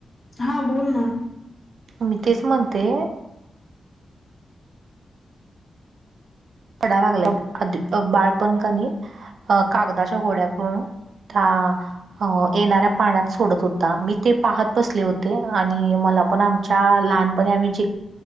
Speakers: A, on the left; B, on the right.
A: हां बोल ना
B: मी तेच म्हणते पडा लागला बाळपणखांनी अ कागदाच्या घोड्या करून हा अ येणाऱ्या पाण्यात सोडत होता मी ते पाहत बसले होते आणि मला पण आम लहानपणी आम्ही जे